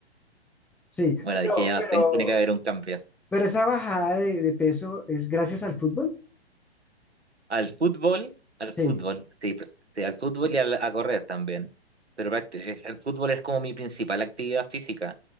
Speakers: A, in the centre; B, on the right (about 80°).
A: sí,
B: Bueno,
A: pero,
B: dije ya,
A: pero,
B: ten- tiene que haber un cambio.
A: pero esa bajada de, de peso es gracias al fútbol.
B: Al fútbol, al
A: Sí,
B: fútbol, sí, pr- sí, al fútbol y al- a correr también. Pero prácti- es- el fútbol es como mi principal actividad física.